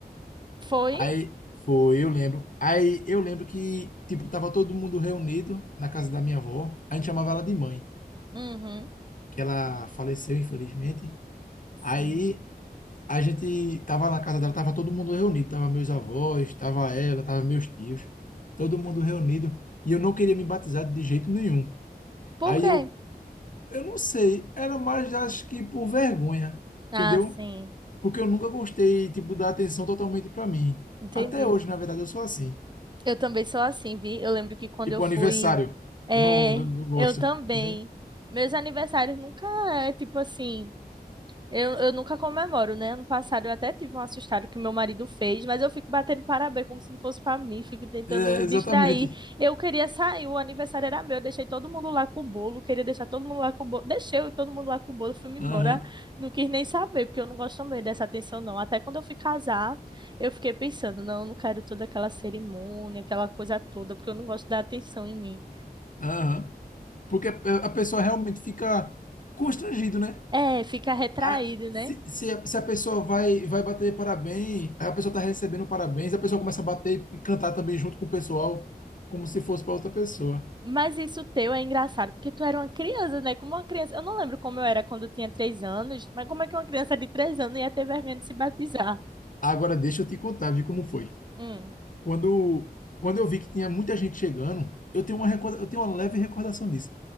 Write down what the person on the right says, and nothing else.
Foi?
Uhum.
Sim.
Por
quê?
Ah,
sim.
Entendi.
Eu também sou assim, vi? Eu lembro que quando
eu fui.
É,
eu também.
Meus aniversários nunca é tipo assim. Eu, eu nunca comemoro, né? Ano passado eu até tive um assustado que meu marido fez, mas eu fico batendo parabéns como se não fosse pra mim, fico tentando
distrair. Eu queria sair, o aniversário era meu, eu deixei todo mundo lá com o bolo, queria deixar todo mundo lá com o bolo, deixei eu e todo mundo lá com o bolo, fui-me
embora, não quis nem saber, porque eu não gosto também dessa atenção, não. Até quando eu fui casar, eu fiquei pensando, não, eu não quero toda aquela cerimônia, aquela coisa toda, porque eu não gosto da atenção em mim.
É, fica retraído,
né?
Mas isso teu é engraçado, porque tu era uma criança, né? Como uma criança. Eu não lembro como eu era quando eu tinha três anos, mas como é que uma criança de três anos ia ter vergonha de se batizar?
Hum,
Hum.